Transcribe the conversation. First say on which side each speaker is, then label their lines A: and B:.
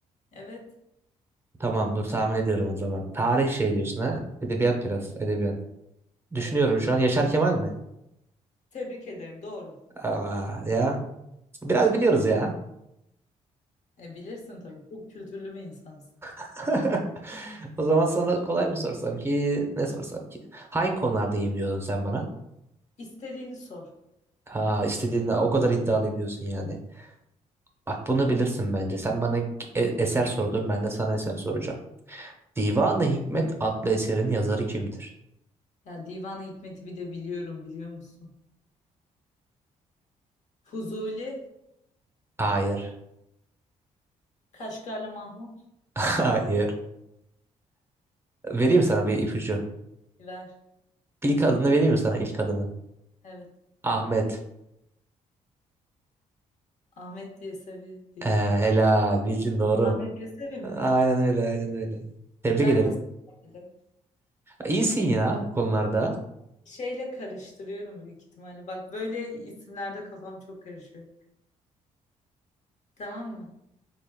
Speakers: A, on the left; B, on the right.
A: Evet.
B: Tamam dur tahmin ediyorum o zaman. Tarih şey diyorsun ha. Edebiyat biraz. Edebiyat. Düşünüyorum
A: Evet.
B: şu an. Yaşar Kemal mi?
A: Tebrik ederim. Doğru.
B: Aa, ya. Biraz biliyoruz ya.
A: E bilirsin tabii. Çok kültürlü bir insansın.
B: <laughs> O zaman sana
A: Sor.
B: kolay mı sorsam ki ne sorsam ki? Hangi konularda iyiyim diyordun sen bana?
A: İstediğini sor.
B: Aa, istediğinde o kadar iddialıyım diyorsun yani. Bak bunu bilirsin bence. Sen bana e- eser sordun ben de sana eser soracağım. Divan-ı Hikmet adlı eserin yazarı kimdir?
A: Ya Divan-ı Hikmet'i bir de biliyorum biliyor musun? Fuzuli,
B: Hayır.
A: Kaşgarlı Mahmut.
B: <laughs> Hayır. Vereyim sana bir ipucu.
A: Ver.
B: İlk adını vereyim mi sana ilk adını?
A: Evet.
B: Ahmet.
A: Ahmet Yesevi değil.
B: Ee, helal bildin doğru.
A: Ahmet Yesevi mi?
B: Aynen öyle aynen öyle. Tebrik
A: Ben
B: ederim.
A: nasıl bilemedim?
B: İyisin ya bu konularda.
A: Şeyle karıştırıyorum büyük ihtimalle. Bak böyle isimlerde kafam çok karışıyor. Tamam mı?